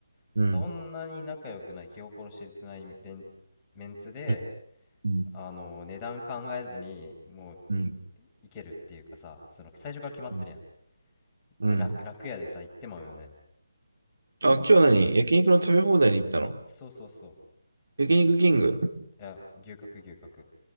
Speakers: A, on the left (about 15°); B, on the right (about 70°).
A: そんなに仲良くない気心知れてないメンメンツで
B: うん。うんうん
A: あのー値段考えずにもう
B: うん
A: いけるっていうかさその最初から決まってるやん
B: うんうん
A: で楽、楽屋でさ行ってまうよね
B: あ、今日何焼肉の食べ放題に行ったの
A: そうそうそ
B: 焼肉キング
A: ういや牛角牛角